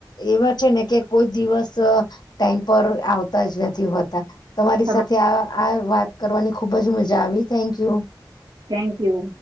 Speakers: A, on the left; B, on the right.
A: એવા છે ને કે કોઈ દિવસ ટાઈમ પર આવતા જ નથી હોતા તમારી
B: તમા
A: સાથે આ આ વાત કરવાની ખુબ જ મજા આવી થેન્ક યુ
B: થેન્ક યુ